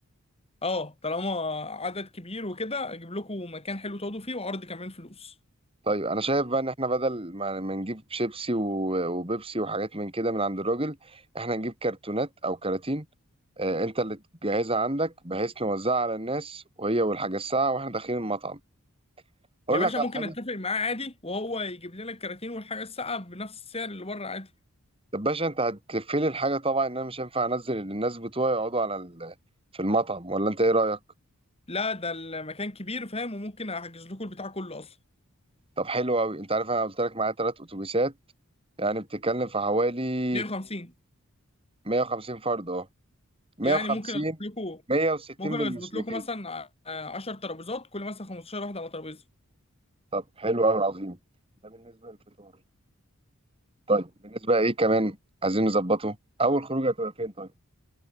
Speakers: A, on the left; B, on the right.
A: اه طالما عدد كبير وكده اجيب لكم مكان حلو تقعدوا فيه وعرض كمان فلوس
B: طيب انا شايف بقى ان احنا بدل ما ما نجيب شيبسي و- وبيبسي وحاجات من كده من عند الراجل احنا نجيب كرتونات او كراتين آه انت اللي تجهزها عندك بحيث نوزعها على الناس وهي والحاجة الساعة واحنا داخلين المطعم اقول
A: يا باشا
B: لك
A: ممكن
B: على حاجة
A: اتفق معاه عادي وهو يجيب لنا الكراتين والحاجه الساقعه بنفس السعر اللي بره عادي
B: طب باشا انت هتقفلي الحاجه طبعا ان انا مش هينفع انزل اللي الناس بتوعي يقعدوا على ال... في المطعم ولا انت ايه رايك
A: لا ده المكان كبير فاهم وممكن احجز لكم البتاع كله اصلا
B: طب حلو قوي انت عارف انا قلت لك معايا ثلاث اتوبيسات يعني بتتكلم في حوالي
A: 150
B: 150 فرد اه 150
A: يعني ممكن اجيب لكم
B: 160
A: ممكن
B: بالمشرفين
A: اظبط لكم مثلا 10 ترابيزات كل مثلا 15 واحد على ترابيزه
B: طب حلو قوي عظيم ده بالنسبه للفطار طيب بالنسبه ايه كمان عايزين نظبطه اول خروجه هتبقى فين طيب